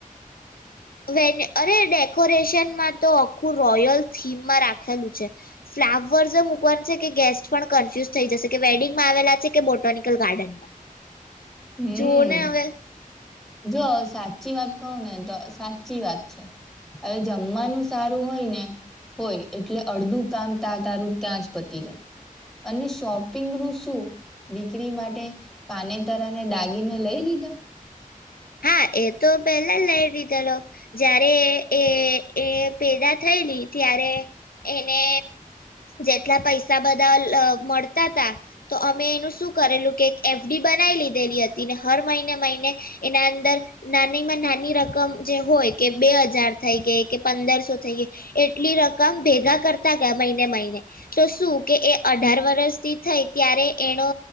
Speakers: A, on the left; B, in the centre.
A: વ અરે ડેકોરેશનમાં તો આખું રોયલ થીમમાં રાખેલું છે, ફ્લાવર્સ મૂકવાનું છે કે ગેસ્ટ પણ કન્ફ્યુઝ થઈ જશે કે વેડિંગમાં આવેલા છે કે બોટાનિકલ ગાર્ડનમાં.
B: હમ
A: જોઓ ને હવે
B: જો. સાચી વાત કહું ને તો સાચી વાત છે, હવે જમવાનું સારું હોય ને હોય એટલે અડધું કામ ત તારું ત્યાં જ પતી જાય, અને શોપિંગ નું શું દીકરી માટે, પાને તારને દાગીને લઈ લીધા?
A: હા એ તો પહેલા લઈ લીધેલો, જ્યારે એ એ પેદા થયેલી ત્યારે, એને જેટલા પૈસા બધા મળતા હતા, તો અમે એનું શું કરેલું કે એફડી બનાવી લીધેલી હતી ને હર મહિને મહિને, એના અંદર નાનીમાં નાની રકમ જે હોય કે બે હજાર થઈ ગઈ કે પંદરસો થઈ ગઈ, એટલી રકમ ભેગા કરતા ગયા મહિને મહિને, તો શું કે એ અઢાર વરષથી થઈ ત્યારે એનો,